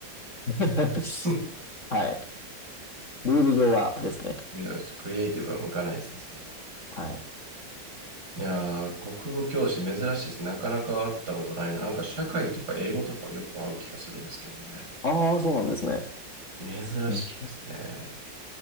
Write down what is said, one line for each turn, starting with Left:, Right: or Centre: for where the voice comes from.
Left: <laughs>
Right: <laughs>
Left: はい。ルール上はですね。
Right: いやクリエイティブは向かないですね、それは。
Left: はい。
Right: いやー、国語教師珍しいです。なかなか会ったことないな。なんか社会とか英語とかはよく会う気がするんですけどね。
Left: ああ、そうなんですね。
Right: 珍しいですね。
Left: うん、